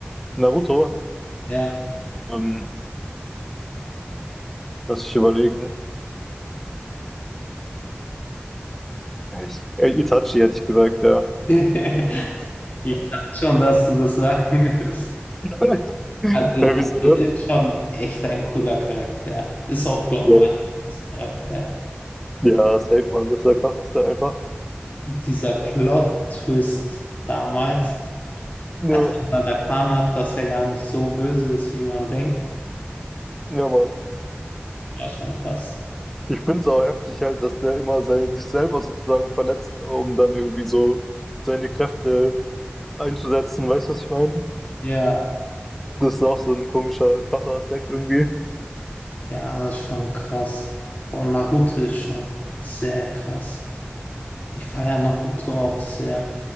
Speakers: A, in the centre; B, on the left.
A: Naruto,
B: Ja.
A: ähm, lass ich überlegen. Ich, äh, Itachi hätte ich gesagt, ja.
B: <laughs> Ich dachte schon, dass du das sagen wirst.
A: <laughs>
B: Also Itachi
A: Ja, wieso?
B: ist schon echt ein cooler Charakter. Ist auch, glaube
A: Ja,
B: ich, mein Lieblingscharakter.
A: ja safe, Mann, das ist der krasseste einfach.
B: Dieser Plot-Twist damals.
A: nur
B: Als ich dann erfahren habe, dass er gar nicht so böse ist, wie man denkt,
A: ja, Mann.
B: war schon krass.
A: Ich finde es auch heftig halt, dass der immer sei- sich selber sozusagen verletzt, um dann irgendwie so seine Kräfte einzusetzen. Weißt du, was ich meine?
B: Ja,
A: Das ist auch so ein komischer, krasser Aspekt irgendwie.
B: ja, das ist schon krass. Boah, Naruto ist schon sehr krass. Ich feiere Naruto auch sehr.